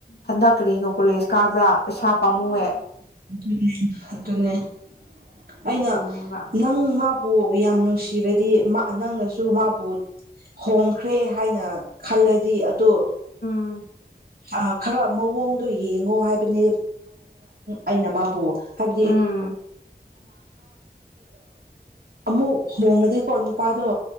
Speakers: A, on the left; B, on the right.
A: ꯍꯟꯗ ꯀꯔꯤꯒ ꯀꯣꯂꯦꯖ ꯀꯥꯕ꯭ꯔꯥ ꯄꯩꯁꯥ ꯄꯥꯝꯃꯧꯑꯦ
B: ꯑꯗꯨꯟꯅ ꯑꯗꯨ ꯑꯗꯨꯟꯅ ꯑꯩꯅ
A: ꯑꯗꯨꯅꯦꯕ
B: ꯅꯪ ꯃꯥ ꯌꯥꯝ ꯅꯨꯡꯁꯤꯔꯗꯤ ꯅꯪꯅꯁꯨ ꯃꯥꯕꯨ ꯍꯣꯡꯈ꯭ꯔꯦ ꯍꯥꯏꯅ ꯈꯜꯂꯗꯤ ꯑꯗꯣ
A: ꯎꯝ
B: ꯑ ꯈꯔ ꯃꯑꯣꯡꯗꯣꯌꯦ ꯕꯅꯦ ꯑꯩꯅꯕꯨ ꯍꯥꯏꯕꯗꯤꯅꯥ
A: ꯎꯝ
B: ꯑꯃꯨ ꯍꯣꯡꯉꯗꯀꯣ ꯅꯨꯄꯥꯗꯣ